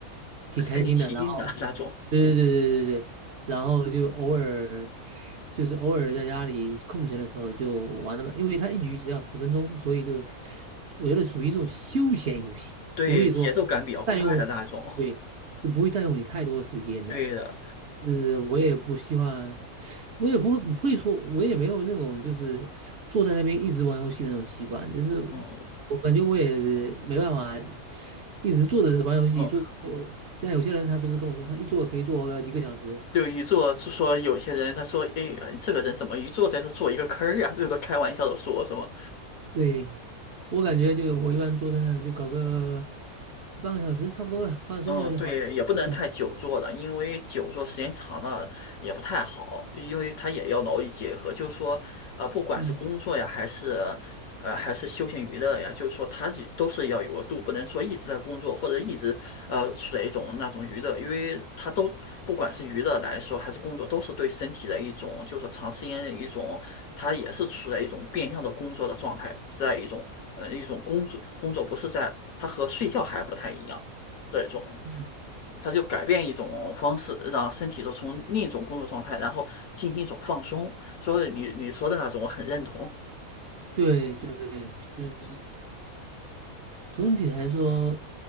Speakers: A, on the right; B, on the left.
A: 挺开心的。
B: 身临其境的那种。
A: 然后，对对对对对对，然后就偶尔就是偶尔在家里空闲的时候就玩了嘛，因为它一局只要十分钟，所以就我觉得属于这种休闲游戏，
B: 对，
A: 不会说
B: 节奏感比较快的那种。
A: 占用，对，就不会占用你太多时间的。
B: 对的，
A: 是我也不希望，我也不会不会说，我也没有那种就是坐在那边一直玩游戏的那种习惯，就是
B: 嗯
A: 我感觉我也没办法一直坐着玩游戏坐。
B: 嗯，
A: 但有些人他不是跟我说，他一坐可以坐个几个小时。
B: 就一坐就说有些人他说，哎，这个人怎么一坐在这做一个坑儿呀？这都开玩笑的说，是吗？
A: 对，我感觉就我一般坐在那就搞个半个小时差不多了，放松一下就好了。
B: 嗯，对，也不能太久坐了，
A: 嗯
B: 因为久坐时间长了也不太好，因为它也要劳逸结合。就是说，呃，不管是工作呀，
A: 嗯
B: 还是呃，还是休闲娱乐呀，就是说它是都是要有个度，不能说一直在工作或者一直呃处在一种那种娱乐，因为它都不管是娱乐来说还是工作，都是对身体的一种，就是说长时间的一种，它也是处在一种变相的工作的状态，在一种呃一种工作工作不是在。它和睡觉还不太一样，这种
A: 嗯，
B: 它就改变一种方式，让身体都从另一种工作状态，然后进行一种放松。所以你你说的那种，我很认同。
A: 对对，就是。总体来说，